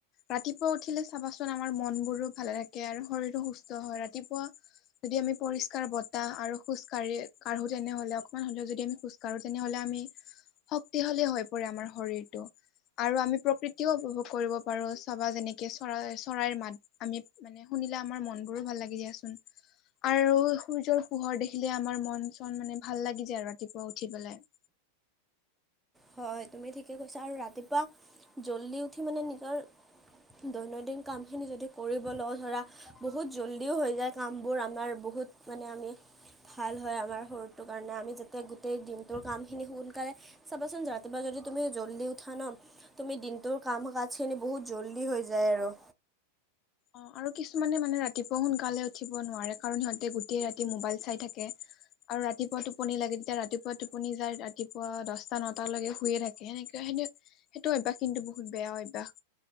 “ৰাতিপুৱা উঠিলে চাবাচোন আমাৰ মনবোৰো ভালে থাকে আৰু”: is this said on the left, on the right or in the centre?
Left